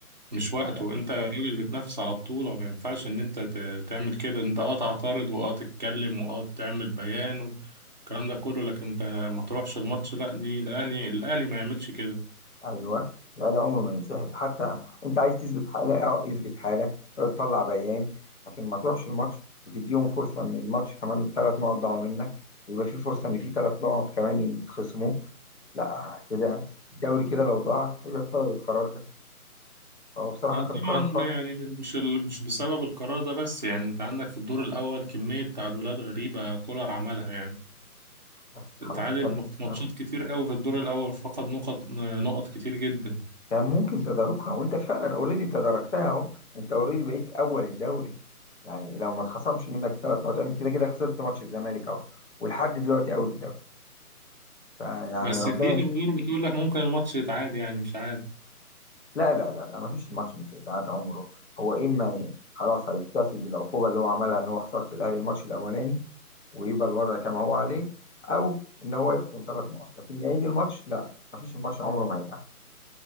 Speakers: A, on the right; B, on the left.
A: مش وقته
B: لا, لا.
A: انت راجل بتنافس على بطولة ما ينفعش ان انت ت- تعمل كده انت اه تعترض واه تتكلم واه تعمل بيان والكلام ده كله لكن انت ما تروحش الماتش لا دي الاهلي الاهلي ما يعملش كده
B: ايوه الاهلي عمره ما ينسحب حتى انت عايز تثبت حالة اه اثبت حالة اه، تطلع بيان لكن ما تروحش الماتش وتديهم فرصة ان الماتش كمان ثلاث نقط ضاعوا منك ويبقى في فرصة ان في ثلاث نقط كمان يتخصموا لا كده الدوري كده لو ضاع هيبقى بسبب القرار ده هو بصراحة
A: لا
B: كان
A: طبعا
B: قرار خاطئ
A: يعني مش ال... مش بسبب القرار ده بس يعني انت عندك في الدور الاول كمية تعادلات غريبة كولر عملها يعني
B: بس خلاص
A: اتعادل
B: كان
A: في
B: يعني
A: ماتشات كتير قوي في الدور الاول فقد نقط نقط كتير جدا
B: كان ممكن تداركها وانت فعلا اوريدي تداركتها اهو انت اوريدي بقيت اول الدوري يعني لو ما اتخصمش منك ثلاث نقط انت كده كده خسرت ماتش الزمالك اهو ولحد دلوقتي اول الدوري فيعني
A: بس
B: ربنا
A: في
B: يستر
A: اخبار بتقول لك ممكن الماتش يتعاد يعني مش عارف
B: لا لا لا لا ما فيش الماتش مش هيتعاد عمره هو اما ي- خلاص هيكتفي بالعقوبه اللي هو عملها ان هو خساره الاهلي الماتش الاولاني ويبقى الوضع كما هو عليه او ان هو يخصم ثلاث نقط لكن يعيد الماتش لا ما فيش الماتش عمره ما هيتعاد